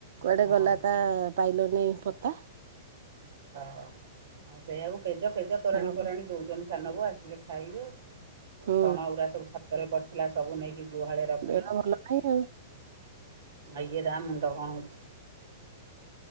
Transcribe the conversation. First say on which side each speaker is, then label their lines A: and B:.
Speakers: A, on the right (about 65°); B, on the right (about 80°).
A: କୁଆଡେ
B: ହଁ
A: ଗଲା ତା। ପାଇଲନି ପତା।
B: ହଉ ଆଉ ସେଇଆଉକୁ। ପେଜ ଫେଜ ତୋରାଣୀ
A: ଆଉ
B: ଫୋରାଣୀ ଦଉଛନ୍ତି। ସା-ନବୁ ଆସିଲେ ଖାଇବେ।
A: ହୁଁ
B: ଛଣଗୁଡା ସବୁ ଛାତରେ କରି ଥିଲା ସବୁ ନେଇକି ଗୁହାଳେ ରଖିଲୁ
A: ବେଳ ଭଲ ନାହିଁ ଆଉ
B: ଆ ଇଏ ତା ମୁଣ୍ଡ କଣ ହଉଛି।